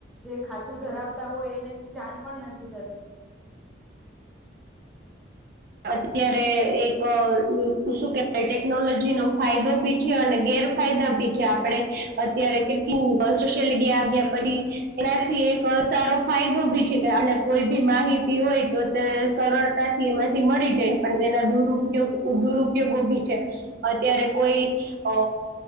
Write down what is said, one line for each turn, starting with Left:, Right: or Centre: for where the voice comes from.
Centre: જે ખાતું ધરા આવતા હોય એને જાણ પણ નથી થતી
Right: અત્યારે એક અ શું કેવાય ટેકનોલોજી નો ફાયદો બી છે અને ગે રફાયદા ભી છે આપણે અત્યારે કેટલું સોશિયલ મીડિયા આવ્યા પછી એનાથી કે સારો ફાયદો ભી છે કે અને કોઈ ભી માહિતી હોય તો તે સરળતાથી એમાંથી થી મળી જાય પણ તેના દુર દુરુપયોગ ભી છે અત્યારે કોઈ અ